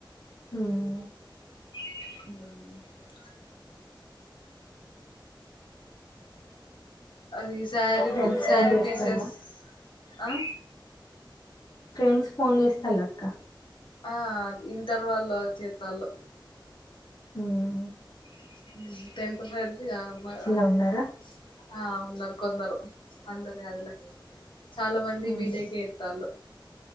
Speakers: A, on the left; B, on the left.
A: ఆమ్
B: <unintelligible> అది సారీ
A: ఫ్రెండ్స్
B: సారీ
A: ఫోన్ చేస్తాలా
B: పీసెస్ ఆ
A: ఫ్రెండ్స్ ఫోన్ చేస్తా లెక్క
B: ఆ ఇంటర్ వాళ్ళు చేతాల్లో
A: ఆమ్
B: <unintelligible> టెన్త్ ఫత్ <unintelligible>
A: లో ఉన్నారా
B: ఆ ఉన్నారు కొందరు అందరు కాదులే చాలా మంది
A: ఉమ్
B: బీటెక్ చెత్తళ్ళు